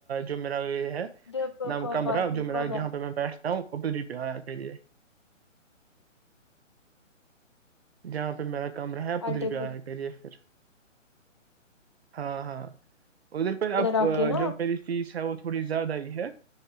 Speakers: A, on the right; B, on the left.
A: جو میرا یہ
B: ڈے پہ
A: نام
B: کوئی
A: کمرہ
B: بات نہیں
A: جو
B: کوئی
A: میرا
B: بات
A: یہاں پہ میں بیٹھتا ہوں وہ پری پہ آیا کرے جہاں پہ میرا کام رہا
B: نہیں،
A: پدھر
B: اڈے
A: بھی آیا
B: پہ
A: کریے پھر ہاں ہاں ادھر پہ اب
B: آ کے نا
A: جو میری فیس ہے تھوڑی زیادہ ہی ہے